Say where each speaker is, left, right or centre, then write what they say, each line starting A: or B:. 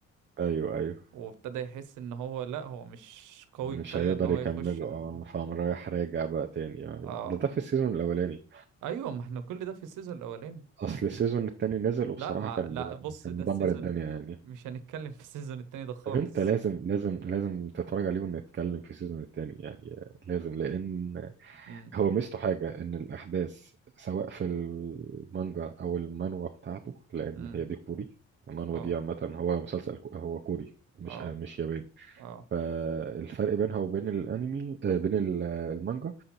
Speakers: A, on the right; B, on the right.
A: ايوه ايوه
B: وابتدى يحس ان هو لا هو مش قوي
A: مش
B: كفاية
A: هيقدر
B: ان هو
A: يكمله
B: يخش ال...
A: اه فقام رايح راجع بقى تاني آه، ايوه
B: اه
A: ده ده في السيزون الاولاني
B: ايوه ما احنا كل ده في السيزون الاولاني
A: اصل السيزون التاني نزل وبصراحه
B: لا ما
A: كان
B: لا بص
A: كان
B: ده
A: مدمر
B: السيزون
A: الدنيا
B: الت...
A: يعني
B: مش هنتكلم في السيزون التاني ده خالص
A: طب انت لازم لازم لازم تتفرج عليه ونتكلم في السيزون التاني يعني آه، لازم لان
B: امم
A: هو ميزته حاجه ان الاحداث سواء في المانجا او المانوا بتاعته لان
B: امم
A: هي دي كوري المانوا
B: اه
A: دي عامه هو مسلسل كو- هو كوري مش
B: اه
A: آه، مش ياباني
B: اه
A: فالفرق بينها وبين الانمي آه، بين ال- المانجا